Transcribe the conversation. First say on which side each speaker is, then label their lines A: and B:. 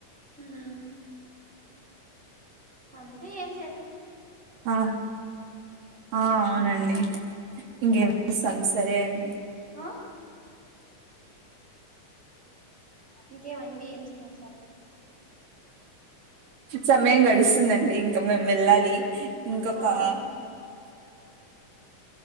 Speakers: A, on the right (about 40°); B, on the right (about 85°).
A: హ్ అంతే ఏంచేయలేం.
B: ఆ ఆ అవునండి ఇంకేం
A: ఉమ్
B: చేస్తాం సరే అండి.
A: ఆ ఇంకేమండి, ఏం సమాచారం.
B: సమయం గడుస్తుందండి. ఇంకా మేం వెళ్ళాలి ఇంకొకా
A: ఆ